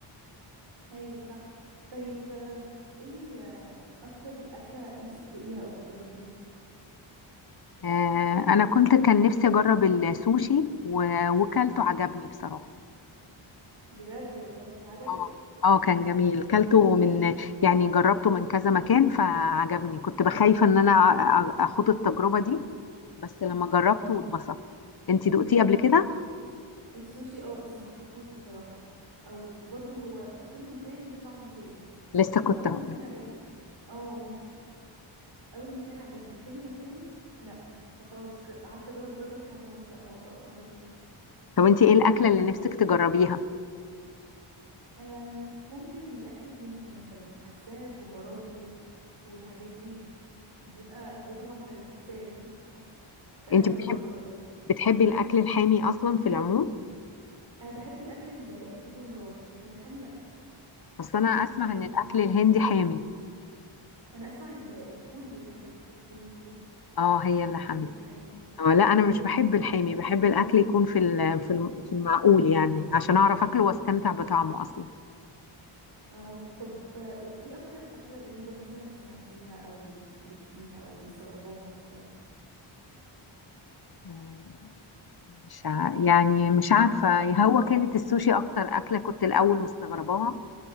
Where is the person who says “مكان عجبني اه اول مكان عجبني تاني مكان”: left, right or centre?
Right